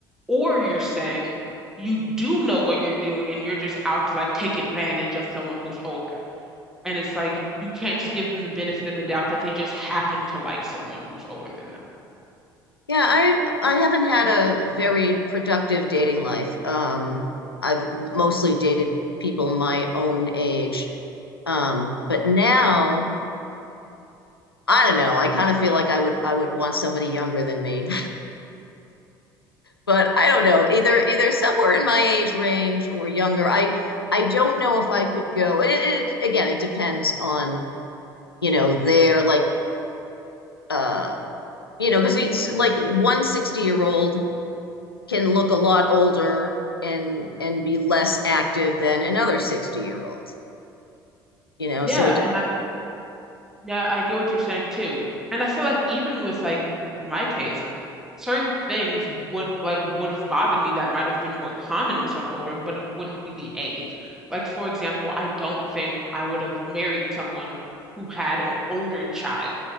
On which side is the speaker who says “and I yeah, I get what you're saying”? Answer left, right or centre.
Centre